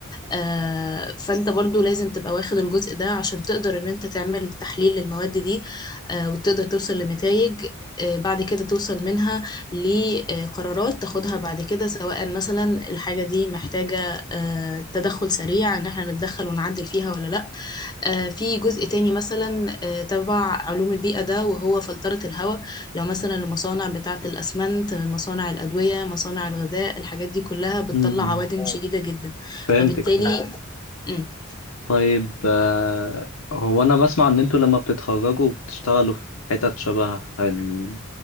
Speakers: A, on the left; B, on the left.
A: آه، فانت برضو لازم تبقى واخد الجزء ده عشان تقدر ان انت تعمل تحليل للمواد دي آه، وتقدر توصل لنتائج آه، بعد كده توصل منها لقرارات تاخدها بعد كده سواء مثلا الحاجة دي محتاجة آه، تدخل سريع ان احنا نتدخل ونعدل فيها ولا لا آه، في جزء تاني مثلا آه، تبع علوم البيئة ده وهو فلترة الهواء لو مثلا المصانع بتاعة الأسمنت مصانع الأدوية مصانع الغذاء الحاجات دي كلها بتطلع
B: م- م.
A: عوادم اه شديدة جدا
B: فهمتك
A: فبالتالي
B: فهمت
A: مم.
B: طيب آه، هو انا بسمع ان انتوا لما بتتخرجوا بتشتغلوا في حتت شبه ال-